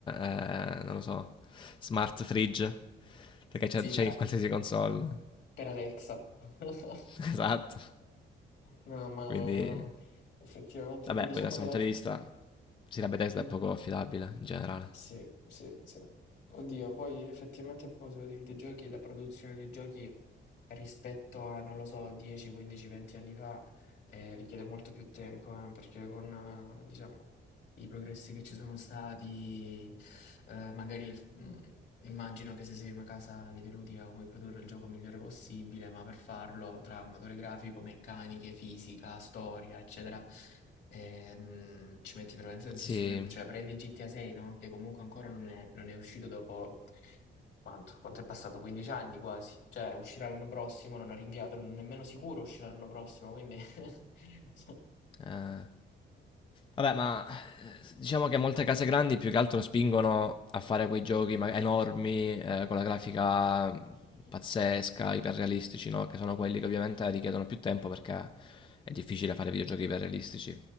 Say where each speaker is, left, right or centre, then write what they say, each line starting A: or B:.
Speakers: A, on the left; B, on the left.
A: eh, non lo so, smart fridge, perché c'è,
B: Sì,
A: c'è
B: però.
A: in qualsiasi console.
B: Per Alexa. <laughs>
A: <laughs> Esatto.
B: No, ma
A: Quindi,
B: effettivamente
A: vabbè,
B: ti diciamo
A: poi da questo
B: che
A: punto
B: la...
A: di vista, sì, la Bethesda
B: dimmi.
A: è poco affidabile in generale.
B: Sì, sì, sì. Oddio, poi effettivamente a proposito di videogiochi, la produzione di giochi rispetto a, non lo so, 10, 15, 20 anni fa eh, richiede molto più tempo, eh, perché con, eh, diciamo, i progressi che ci sono stati, eh, magari il- mm, Immagino che se sei una casa videoludica vuoi produrre il gioco migliore possibile, ma per farlo tra motore grafico, meccaniche, fisica, storia, eccetera, ehm, ci metti veramente tantissimo
A: Sì,
B: tempo. Cioè, prendi GTA 6, no? Che comunque ancora non è, non è uscito dopo quanto? Quanto è passato? 15 anni quasi. Cioè, uscirà l'anno prossimo, non ho rinviato, non è nemmeno sicuro uscirà l'anno prossimo, quindi... <laughs>
A: eh, Vabbè, ma diciamo che molte case grandi più che altro spingono a fare quei giochi ma- enormi, eh, con la grafica pazzesca, iperrealistici, no? Che sono quelli che ovviamente richiedono più tempo perché è difficile fare videogiochi iperrealistici.